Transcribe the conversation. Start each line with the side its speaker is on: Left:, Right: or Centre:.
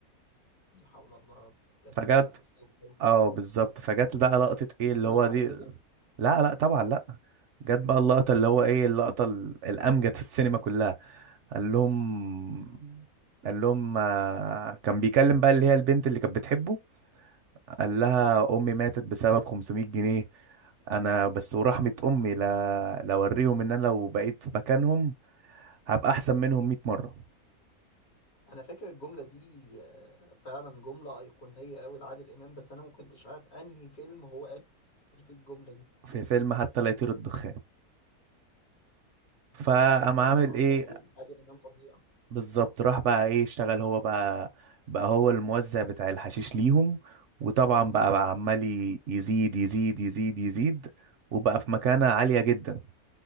Left: لا حول الله يا رب، ده فيلم
Right: فجت
Left: مأساوي أوي.
Right: اه بالظبط فجت بقى لقطة ايه اللي
Left: خلص
Right: هو
Left: على
Right: دي
Left: كده
Right: لا لا طبعا لا جت بقى اللقطة اللي هو ايه اللقطة ال- الأمجد في السينما كلها قال لهم قال لهم آه، كان بيكلم بقى اللي هي البنت اللي كانت بتحبه قال لها امي ماتت بسبب 500 جنيه انا بس ورحمة امي لا لا اوريهم ان انا لو بقيت في مكانهم هبقى احسن منهم 100 مرة
Left: انا فاكر الجمله دي آه، فعلا جمله ايقونيه قوي لعادل امام بس انا ما كنتش عارف انهي فيلم هو قال فيه الجمله دي
Right: في فيلم حتى لا يطير الدخان فقام
Left: لا بصراحه
Right: عامل
Left: هو
Right: ايه
Left: عادل عادل امام فظيع
Right: بالظبط راح بقى ايه اشتغل هو بقى بقى هو الموزع بتاع الحشيش ليهم وطبعا بقى بقى عمال ي- يزيد يزيد يزيد يزيد وبقى في مكانة عالية جدا